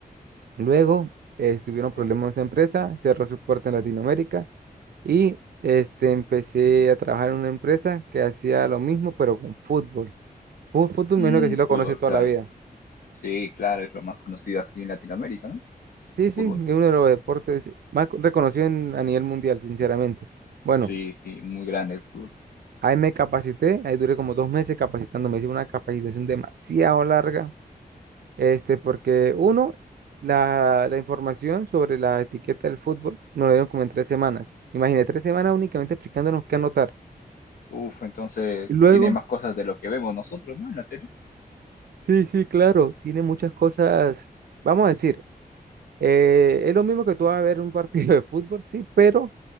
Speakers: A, on the right (about 75°); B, on the left (about 80°).
A: Luego, eh, tuvieron problemas
B: Ok.
A: en esa empresa, cerró su puerta en Latinoamérica y este, empecé a trabajar en una empresa que hacía lo mismo, pero con fútbol. Fu- Fútbol,
B: Mm,
A: menos que sí lo
B: fútbol,
A: conoce toda
B: claro.
A: la vida.
B: Sí, claro, es lo más conocido aquí en Latinoamérica, ¿no?
A: Sí, sí,
B: Fútbol.
A: es uno de los deportes más co- reconocido en- a nivel mundial, sinceramente. Bueno,
B: Sí, sí, muy grande el fútbol.
A: ahí me capacité, ahí duré como dos meses capacitándome. Hice una capacitación demasiado larga, este, porque uno, la, la información sobre la etiqueta del fútbol nos la dieron como en tres semanas. Imagínate, tres semanas únicamente explicándonos qué anotar.
B: Uf, entonces
A: Y luego
B: tiene más cosas de lo que vemos nosotros, ¿no? En la tele.
A: Sí, sí, claro, tiene muchas cosas, vamos a decir, eh, es lo mismo que tú vas a ver un partido de fútbol, sí, pero